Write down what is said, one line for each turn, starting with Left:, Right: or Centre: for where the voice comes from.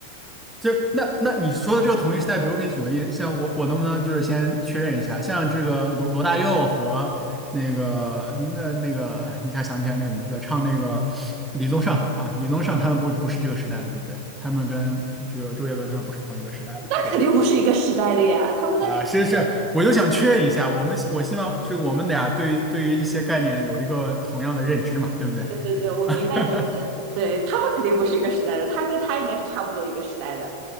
Centre: 就是那那你说的这个同一时代，比如我给你举个例，子，像我我能不能就是先确认一下，像这个罗罗大佑和那个那那个一下想不起来那个名字，唱那个李宗盛啊，李宗盛他们不不是这个时代的，对不对？他们跟这个周杰伦他们不是同一个时代的，
Right: 那肯定不是一个时代的呀，
Centre: 对吧？
Right: 他们的那
Centre: 啊，是是，我就想确认一下，我们我希望就是我们俩对对于一些概念有一个同样的认知嘛，对不对？
Right: 对对对，我明白你的意思。
Centre: <laughs>
Right: 对，他们肯定不是一个时代的，他跟他应该是差不多一个时代的。